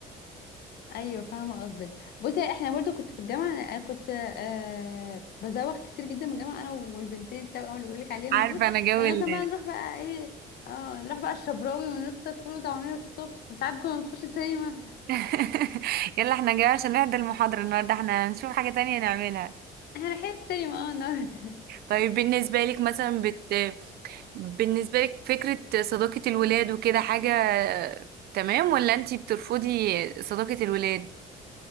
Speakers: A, on the left; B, on the right.
A: ايوه فاهمه قصدك بصي احنا برضو كنت في الجامعه انا كنت آه بزوغ كتير جدا من الجامعه انا والبنتين التوأم اللي بقولك عليهم
B: عارفة
A: دول
B: أنا جو
A: كنا
B: ال
A: مثلا بقى نروح بقى ايه اه نروح بقى الشبراوي ونفطر فول وطعميه الصبح وساعات كنا نخش سينما
B: <laughs> يلا إحنا جايين عشان نحضر المحاضرة النهاردة إحنا هنشوف حاجة تانية نعملها
A: <laughs> احنا رايحين السينما اه النهارده
B: طيب بالنسبة لك مثلا بت... بالنسبة لك فكرة صداقة الولاد وكده حاجة تمام ولا انتي بترفضي صداقة الولاد؟